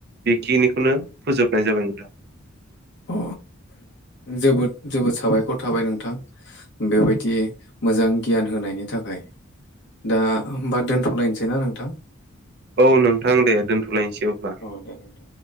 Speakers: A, on the right (about 55°); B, on the left (about 60°).
A: बेखिनिखौनो फोजोबनाय जाबाय नोंथां।
B: अ जोबोद जोबोद साबायखर थाबाय नोंथां। बेबायदि मोजां गियान होनायनि थाखाय दा हबा दोनथ'लायनोसै ना नोंथां।
A: औ नोंथां दे दोन्थ'लायनोसै अब्ला
B: औ दे नोंथां।